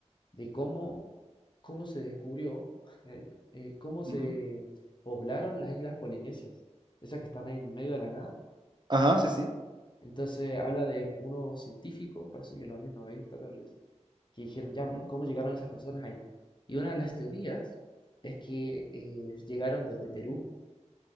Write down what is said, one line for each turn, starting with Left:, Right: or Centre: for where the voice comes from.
Left: de cómo, cómo se descubrió, <laughs> eh, eh, cómo se
Right: ujú.
Left: poblaron las islas polinesias, esas que están ahí en medio de la nada.
Right: Ajá, sí, sí.
Left: Entonces habla de unos científicos, parece que en los años 90, tal vez que dijeron, ya,
Right: ujú,
Left: pues, ¿cómo llegaron esas personas ahí? Y una de las teorías es que eh, llegaron desde Perú